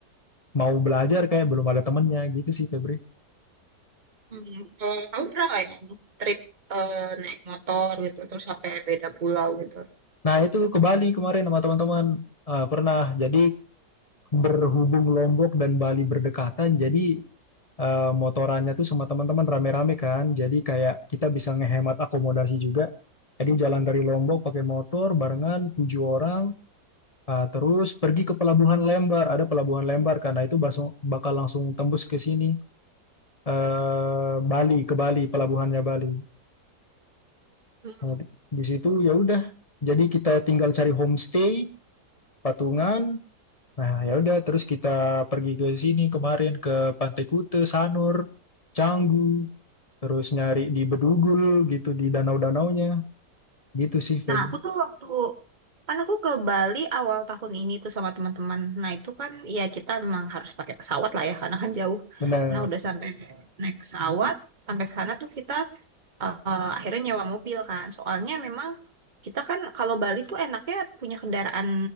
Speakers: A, on the left; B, on the right.
A: mau belajar kayak belum ada temennya gitu sih Febri.
B: Hmm, kalau kamu pernah nggak yang trip eh, naik motor gitu terus sampai beda pulau gitu?
A: Nah itu ke Bali kemarin sama teman-teman Eh, pernah. Jadi berhubung Lombok dan Bali berdekatan, jadi eh, motorannya tuh sama teman-teman rame-rame kan. Jadi kayak kita bisa ngehemat akomodasi juga. Jadi jalan dari Lombok pakai motor barengan tujuh orang, eh, terus pergi ke pelabuhan Lembar. Ada pelabuhan Lembar karena itu basung- bakal langsung tembus ke sini eh, Bali ke Bali pelabuhannya Bali.
B: Hmm.
A: Nah, di, di situ ya udah. Jadi kita tinggal cari homestay, patungan. Nah, ya udah terus kita pergi ke sini kemarin ke Pantai Kute, Sanur, Canggu, terus nyari di Bedugul gitu di danau-danaunya. Gitu sih Febri.
B: Nah, aku tuh waktu kan aku ke Bali awal tahun ini tuh sama teman-teman. Nah, itu kan ya kita memang harus pakai pesawat lah ya karena kan jauh.
A: Benar,
B: Nah, udah sampai naik pesawat, sampai sana tuh kita eh, akhirnya nyewa mobil kan. Soalnya memang kita kan kalau Bali tuh enaknya punya kendaraan